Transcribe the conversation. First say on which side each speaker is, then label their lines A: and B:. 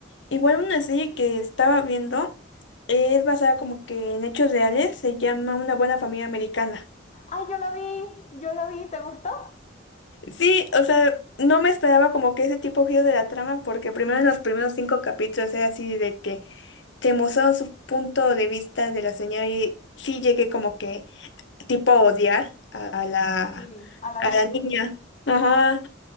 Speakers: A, on the left; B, on the left.
A: Igual una serie que estaba viendo es basada como que en hechos reales, se llama Una buena familia americana.
B: ¡Ay, yo la vi! ¡Yo la vi! ¿Te gustó?
A: Sí, o sea, no me esperaba como que ese tipo de giro de la trama, porque primero en los primeros cinco capítulos era así de que te mostraron su punto de vista de la señora y sí llegué como que tipo a odiar a la,
B: Sí, a la
A: a
B: niña.
A: la niña. Ajá.